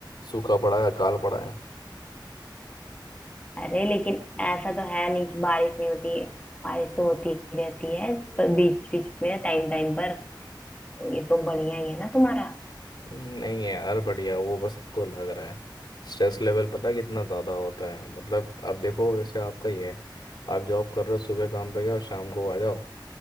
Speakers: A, on the left; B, on the left.
A: सूखा पड़ा है अकाल पड़ा है
B: अरे लेकिन ऐसा तो है नहीं कि बारिश नहीं होती है बारिश तो होती ही रहती है पर बीच बीच में टाइम टाइम पर तो ये तो बढ़िया ही है ना तुम्हारा
A: नहीं है यार बढ़िया वो बस सबको लग रहा है स्ट्रेस लेवल पता है कितना ज़्यादा होता है मतलब अब देखो वैसे आपका ही है आप जॉब कर रहे हो सुबह काम पे जाओ शाम को आ जाओ